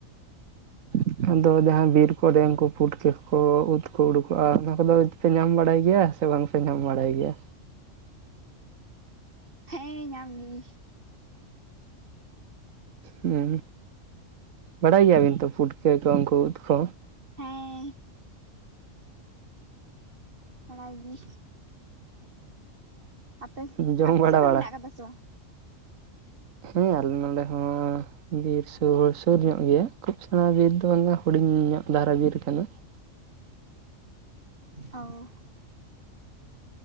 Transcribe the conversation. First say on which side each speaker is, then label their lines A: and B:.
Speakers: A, on the right (about 80°); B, on the right (about 40°).
A: <inaudible> ᱟᱫᱚ ᱡᱟᱦᱟᱸ ᱵᱤᱨᱠᱚ ᱰᱮᱢᱠᱚ ᱯᱩᱴᱠᱟᱹ ᱠᱚ ᱩᱫ ᱠᱚ ᱩᱰᱩᱠᱚᱜᱼᱟ, ᱚᱱᱟ ᱠᱚᱫᱚ ᱯᱮ ᱧᱟᱢ ᱵᱟᱲᱟᱭ ᱜᱮᱭᱟ ᱥᱮ ᱵᱟᱝ ᱧᱟᱢ ᱵᱟᱲᱟᱭ ᱜᱮᱭᱟ
B: ᱦᱮᱸ ᱧᱟᱢ ᱜᱤ
A: ᱦᱩᱸ ᱵᱟᱲᱟᱭ ᱜᱮᱭᱟᱵᱤᱱ ᱛᱚ ᱯᱩᱴᱠᱟᱹ ᱠᱚ ᱩᱱᱠᱩ ᱩᱫ ᱠᱚ
B: ᱦᱮᱸ ᱛᱷᱚᱲᱟ ᱜᱤ ᱟᱯᱮ
A: ᱡᱚᱢ
B: ᱟᱯᱮ
A: ᱵᱟᱲᱟ
B: ᱥᱮᱫ ᱫᱚ
A: ᱵᱟᱲᱟ
B: ᱢᱮᱱᱟᱜ ᱠᱟᱫᱟ ᱥᱮ ᱵᱟᱝ?
A: ᱦᱮᱸ ᱟᱞᱮ ᱱᱚᱰᱮ ᱦᱚᱸ ᱵᱤᱨ ᱥᱩᱨ ᱥᱩᱨ ᱧᱚᱜ ᱜᱮᱭᱟ ᱠᱷᱩᱵ ᱥᱮᱬᱟ ᱵᱤᱨ ᱫᱚ ᱵᱟᱝᱟ ᱦᱩᱰᱤᱧ ᱧᱚᱜ ᱫᱷᱟᱨᱟ ᱵᱤᱨ ᱠᱟᱱᱟ᱾
B: ᱚ